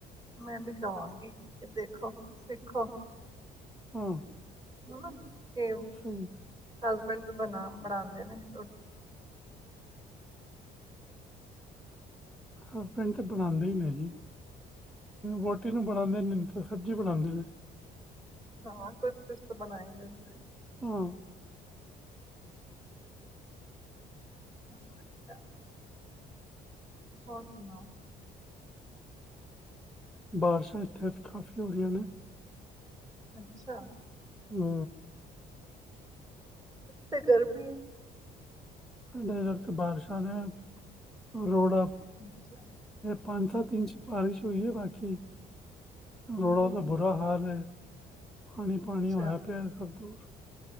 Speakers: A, on the right; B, in the centre.
A: ਮੈਂ ਵੀ ਕਵਾਂਗੀ ਕਿ ਦੇਖੋ ਸਿੱਖੋ
B: ਹੂ
A: ਮਮਾ ਕੇ
B: ਸਹੀ
A: ਹਸਬੈਂਡ ਵੀ ਬਣਾ ਬਣਾਉਂਦੇ ਨੇ ਰੋਟੀ
B: ਹਸਬੈਂਡ ਤੇ ਬਣਾਉਦੇ ਹੀ ਨੇ ਜੀ ਵੋਟੀ ਨੂੰ ਬਣਾ ਤਾਂ ਸਬਜ਼ੀ ਬਣਾਉਦੇ ਨੇ
A: ਹਾਂ ਕੁਛ ਕੁਛ ਤਾਂ ਬਣਾਏਂਦੇੇ
B: ਹੂ
A: ਅੱਛਾ ਹੋਰ ਸੁਣਾਓ?
B: ਬਾਰਸ਼ਾਂ ਇੱਥੇ ਕਾਫੀ ਹੋ ਗਈਆਂਆਂ ਨੇ।
A: ਅੱਛਾ
B: ਹੂ
A: ਤੇ ਗਰਮੀ ਹੈ
B: ਸਾਡੇ ਇੱਧਰ ਬਾਰਸ਼ਾਂ ਨੇ ਰੋਡਾ
A: ਅੱਛਾ
B: ਪੰਜ ਸਤ ਇੰਚ ਬਾਰਿਸ਼ ਹੋਈ ਹੈ ਬਾਕੀ
A: ਹਮ,
B: ਰੋਡਾ ਤਾਂ ਬ ਬੁਰਾ ਹਾਲ ਹੈ ਪਾਣੀ ਪਾਣੀ
A: ਅੱਛਾ
B: ਉਹ ਪੇ ਹੈ ਸਭ ਦੂਰ